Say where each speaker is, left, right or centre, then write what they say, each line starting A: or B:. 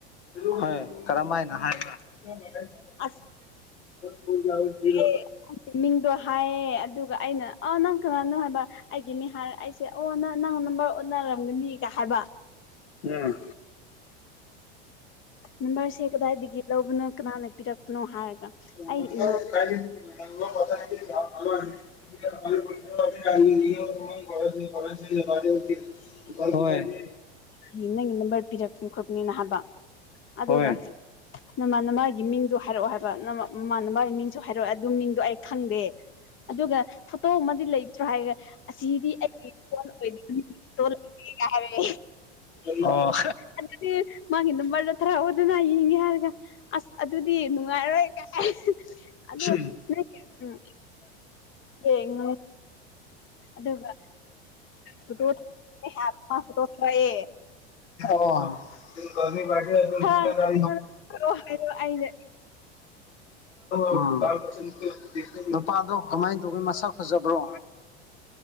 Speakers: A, on the left (about 85°); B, on the left (about 35°).
A: ꯍꯣꯏ ꯀꯔꯝꯃꯥꯏꯅ ꯍꯥꯏꯕ ꯍ
B: ꯑꯁ
A: ꯍꯨ ꯌꯥꯥꯎ ꯊꯔ
B: ꯑꯦ ꯃꯤꯡꯗꯣ ꯍꯥꯏꯌꯦ ꯑꯗꯨꯒ ꯑꯩꯅ ꯑ ꯅꯪ ꯀꯅꯥꯅꯣ ꯍꯥꯏꯕ ꯑꯩꯒꯤ ꯃꯤ ꯍꯥꯏꯔ ꯑꯩꯁꯦ ꯑꯣ ꯅꯪ ꯅꯪ ꯅꯝꯕꯔ ꯑꯣꯟꯅꯔ ꯝꯒ ꯃꯤ ꯀ ꯍꯥꯏꯕ
A: ꯎꯝ
B: ꯅꯝꯕꯔꯁꯦ ꯀꯗꯥꯏꯗꯒꯤ ꯂꯧꯕꯅꯣ ꯀꯅꯥꯅ ꯄꯤꯔꯛꯄꯅꯣ ꯍꯥꯏꯔꯒ
A: ꯑꯣ
B: ꯑꯩ ꯏꯃꯥꯟꯅꯕ
A: ꯎꯆ ꯍ
B: ꯅꯪꯒꯤ ꯅꯝꯕꯔ ꯄꯤꯔꯛꯄꯅꯤ ꯈꯣꯠꯄꯅꯤꯅ ꯍꯥꯏꯕ ꯑꯗꯨꯒ
A: ꯍꯣꯏ
B: ꯅꯃꯥꯟꯅ ꯃꯥꯒꯤ ꯃꯤꯡꯗꯣ ꯍꯥꯏꯔꯛꯑꯣ ꯍꯥꯏꯕ ꯅ ꯃꯃꯥꯅ ꯃꯥꯒꯤ ꯃꯤꯡꯁꯨ ꯍꯥꯏꯔꯛꯑꯣ ꯑꯗꯨ ꯃꯤꯡꯗꯣ ꯑꯩ ꯈꯪꯗꯦ ꯑꯗꯨꯒ ꯐꯣꯇꯣ ꯑꯃꯗꯤ ꯂꯩꯇ꯭ꯔꯣ ꯍꯥꯏꯔꯦ ꯑꯁꯤꯗꯤ ꯑꯩꯒꯤ ꯐꯣꯟ ꯑꯣꯏꯗꯕꯅꯤ ꯀꯔꯦ
A: ꯑꯣ
B: ꯑꯗꯨ ꯃꯥꯒꯤ ꯅꯝꯕꯔꯗ ꯊꯥꯔꯛꯑꯣ ꯑꯗꯨꯅ ꯌꯦꯡꯒꯦ ꯍꯥꯏꯔꯒ ꯑꯁ ꯑꯗꯨꯗꯤ ꯅꯨꯡꯉꯥꯏꯔꯣꯏ ꯀꯥꯏ ꯑꯗꯣ
A: ꯎꯝ
B: ꯅꯪꯒꯤ ꯎꯝ ꯌꯦꯡꯉꯣ ꯑꯗꯨꯒ ꯐꯣꯇꯣ ꯃꯥ ꯐꯣꯇꯣ ꯊꯥꯔꯛꯑꯦ
A: <inaudible> ꯑꯣ ꯂꯤꯒꯥ ꯃ
B: ꯊꯥꯔꯒ ꯑꯩꯉꯣꯟꯗ ꯊꯥꯔꯛꯑꯣ ꯍꯥꯏꯗꯣ ꯑꯩꯅ
A: ꯎꯝ ꯅꯨꯄꯥꯗꯣ ꯀꯃꯥꯏꯅ ꯇꯧꯒꯦ ꯃꯁꯛ ꯐꯖꯕ꯭ꯔꯣ